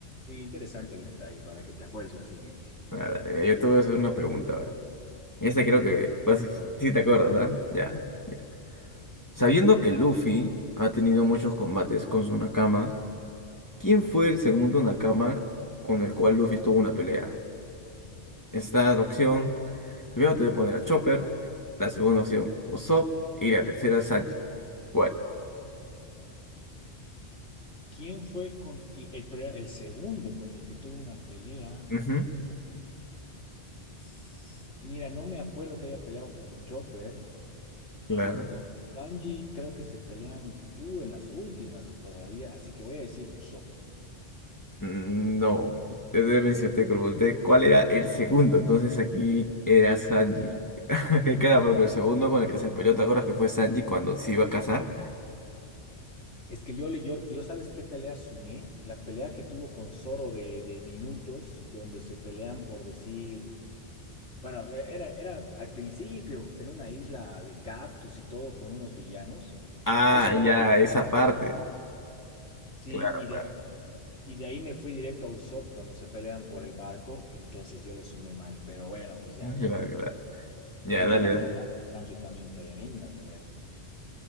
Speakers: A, on the left; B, on the left.
A: Interesante el detalle para que te acuerdes la siguiente.
B: ver, dale, mira, yo te voy a hacer una pregunta ahora. Esta creo que casi sí sí te acuerdas, ¿ah? Ya, mira. Sabiendo que Luffy ha tenido muchos combates con sus nakamas, ¿quién fue el segundo nakama con el cual Luffy tuvo una pelea? Esta opción, primero te voy a poner a Chopper, la segunda opción Usopp y la tercera Sanji. ¿Cuál?
A: ¿Quién fue con el, el pre- el segundo con el que tuvo una pelea?
B: Ujú,
A: S- Mira, no me acuerdo que haya peleado con Chopper.
B: claro.
A: Con Sanji creo que se pelean uh, en las últimas todavía, así que voy a decir Usopp.
B: Mm, No, te deben ser te pregunté cuál era el segundo. Entonces aquí era Sanji. <laughs> Cada poco el segundo con el que se peleó, ¿te acuerdas que fue Sanji cuando se iba a casar?
A: Es que yo, le- yo, yo, ¿sabes qué pelea sumé? La pelea que tuvo con Zoro de, de minutos, donde se pelean por decir, bueno, e- era, era al principio, en una isla de cactus y todo, con unos villanos.
B: Ah,
A: Esa la
B: ya,
A: sumé,
B: esa parte.
A: sí,
B: Claro,
A: y de,
B: claro.
A: y de ahí me fui directo a Usopp cuando se pelean por el barco, entonces yo le sumé mal, pero bueno, pues ya,
B: <laughs>
A: ya.
B: Claro, claro. Ya,
A: Tremenda
B: dale.
A: pelea, Sanji también, tremenda pelea.